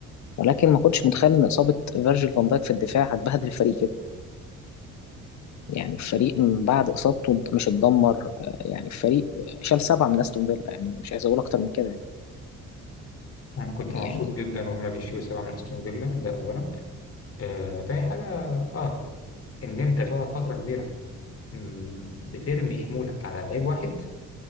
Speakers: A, on the left (about 65°); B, on the left (about 50°).
A: ولكن ما كنتش متخيل ان اصابه فيرجيل فان دايك في الدفاع هتبهدل الفريق كده يعني الفريق من بعد اصابته مش اتدمر آه، يعني الفريق شال سبعه من استون فيلا يعني مش عايز اقول اكتر من كده يعني.
B: أنا كنت
A: يعني
B: مبسوط جدا وهما بيشيلوا سبعة من أستون فيلا ده أولا آه، تاني حاجة آه إن أنت تقعد فترة كبيرة مم، بترمي حمولك على لعيب واحد